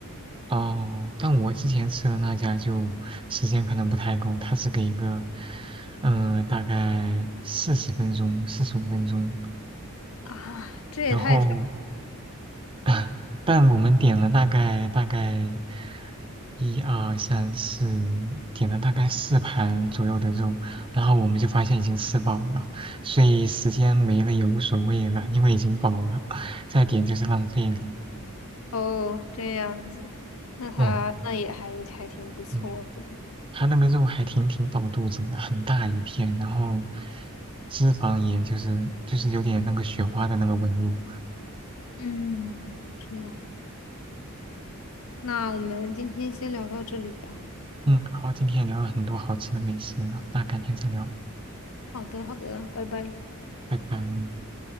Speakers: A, on the right; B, on the left.
A: 哦，但我之前吃的那家就时间可能不太够，它是给一个，嗯、大概四十分钟、四十五分钟。
B: 啊。这也太少
A: 然后，<clears throat> <laughs> 但我们点了大概大概一二三四，点了大概四盘左右的肉，然后我们就发现已经吃饱了，所以时间没了也无所谓了，因为已经饱了，<laughs> 再点就是浪费了。
B: 哦，这样子，那他那也还还挺不错的。
A: 嗯嗯，它那个肉还挺挺饱肚子的，很大一片，然后脂肪也就是就是有点那个雪花的那个纹路。
B: 嗯，哦这样，那我们今天先聊到这里吧。
A: 嗯，好，今天也聊了很多好吃的美食呢，那改天再聊，
B: 好的，好的，拜拜。
A: 拜拜。